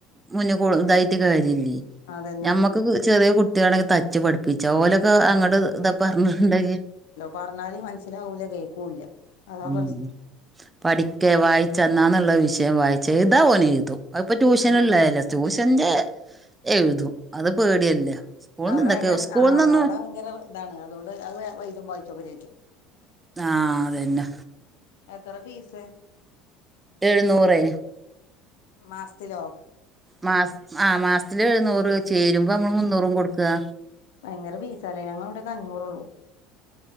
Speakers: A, on the right; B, on the left.
A: മുന്നേ തായിട്ട് കാര്യല്ലേ
B: അതന്നെ
A: ഞമ്മക്ക് ചെറിയ കുട്ടികളാണെങ്കില് തച്ചു പഠിപ്പിക്കാം പിച്ചോലൊക്കെ അങ്ങട്ട് ന്ത പറ്ഞ്ഞിട്ടുണ്ടെങ്കിൽ.
B: പറ്ഞ്ഞാല് മനസ്സിലാവൂല്ല കേൾക്കൂല്ല. അതാ
A: ഉം
B: പ്രശ്നം
A: പഠിക്കേ വായിച്ചന്നാന്ന്ള്ള വിഷയം വായിച്ച് എയ്യ്താഓന്. അത്പം ട്യൂഷന്ള്ളല്ലേ
B: ഉം
A: ട്യൂഷന്റെ എഴുതും അത് പേടിയല്ലേ. സ്കൂൾന്ന്
B: അവിടെ
A: എന്തൊക്കെ
B: ഭയങ്കര
A: സ്കൂൾന്നൊന്നും
B: ആഹ് അവിടെ ഭയങ്കര ഇതാണ് അതുകൊണ്ട് അത് എഴുതു വായിച്ചൊക്കെ ചെജ്ജും
A: ആഹ് അതന്നെ.
B: എത്രെ ഫീസ്?
A: എഴുന്നൂറ്
B: മാസ്ത്തിലോ?
A: മാസ് ആഹ് മാസ്ത്തില് എഴുന്നൂറ് ചേരുമ്പം നമ്മൾ മുന്നൂറും കൊടുക്കാ.
B: ഭയങ്കര പീസാലേ ഞങ്ങളവിടെക്കെ അഞ്ഞുറൊള്ളു.